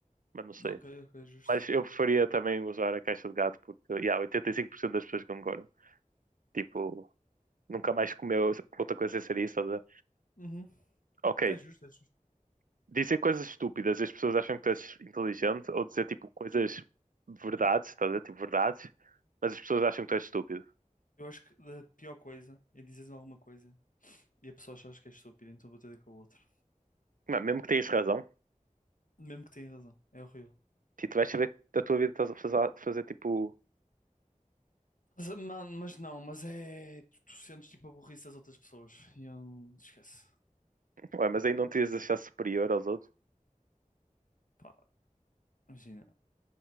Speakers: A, on the right; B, on the left.
A: mas não sei.
B: Ok, ok, justo.
A: Mas eu preferia também usar a caixa de gato porque, yeah, 85% das pessoas concordam. Tipo, nunca mais comeu outra coisa sem ser isso. Ou
B: Uhum.
A: ok,
B: É justo, é justo.
A: dizer coisas estúpidas, as pessoas acham que tu és inteligente, ou dizer tipo coisas verdades, estás a dizer? Tipo verdades, mas as pessoas acham que tu és estúpido.
B: Eu acho que a pior coisa é dizeres alguma coisa e a pessoa achas que é estúpida, então vou ter de ir com o outro.
A: Mano, mesmo que tenhas razão,
B: Mesmo que tenha razão. É horrível.
A: tipo, tu vais saber da tua vida estás a fazer, fazer tipo,
B: Mas, mano, mas não, mas é. Tu, tu sentes tipo a burrice das outras pessoas. E eu. Esquece.
A: ué, mas aí não te ias achar superior aos outros,
B: Pá. Imagina,